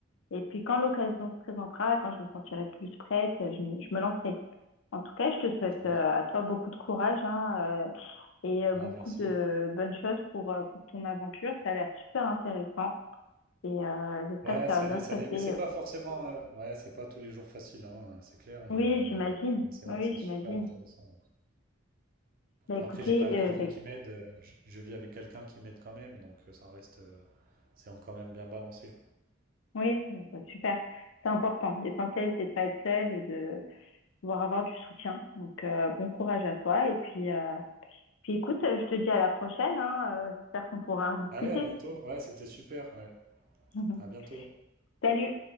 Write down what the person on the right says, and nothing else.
Ouais.
Bah,
merci.
Ouais,
ça
l'est,
ça
l'est. mais c'est pas forcément. euh, ouais, c'est pas tous les jours facile, hein, c'est clair, mais
euh,
c'est
vrai que c'est super
intéressant. ouais.
Après, j'ai quand même
quelqu'un
qui m'aide. euh, je, je vis avec quelqu'un qui m'aide quand même, donc euh, ça reste. euh, c'est quand même bien balancé.
Allez, à bientôt. Ouais, c'était super. Ouais.
À bientôt.